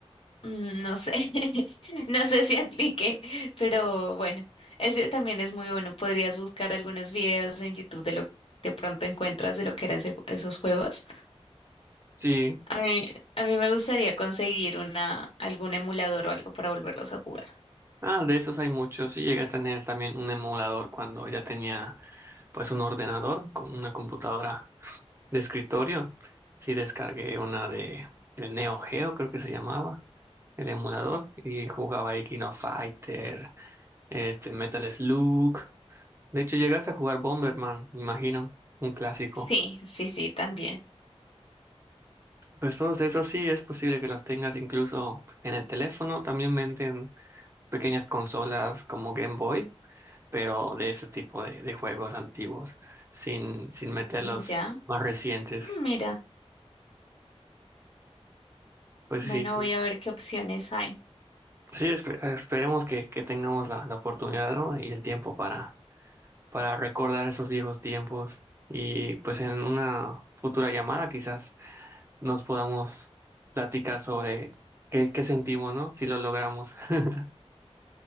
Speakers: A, on the left; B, on the right.
A: Mm, No sé, <laughs> no sé si aplique, pero bueno, ese también es muy bueno. Podrías buscar algunos videos en YouTube de lo que de pronto encuentras de lo que eran ese- esos juegos.
B: Sí.
A: A mí, a mí me gustaría conseguir una, algún emulador o algo para volverlos a jugar.
B: Ah, de esos hay muchos. Sí, llegué a tener también un emulador cuando ya tenía pues un ordenador con una computadora de escritorio. Sí, descargué una de, de Neo Geo, creo que se llamaba, el emulador, y jugaba ahí King of Fighter, este Metal Slug. De hecho, llegaste a jugar Bomberman, me imagino, un clásico.
A: Sí, sí, sí, también.
B: Pues todos esos sí es posible que los tengas incluso en el teléfono. También venden pequeñas consolas como Game Boy, pero de ese tipo de, de juegos antiguos, sin, sin meter
A: Mm,
B: los
A: Ya,
B: más recientes.
A: Mm, mira,
B: Pues
A: bueno,
B: sí, sí.
A: voy a ver qué opciones hay.
B: Sí, espe- esperemos que, que tengamos la, la oportunidad, ¿no? y el tiempo para, para recordar esos viejos tiempos. Y pues en una futura llamada quizás. nos podamos platicar sobre qué, qué sentimos, ¿no? Si lo logramos. <laughs>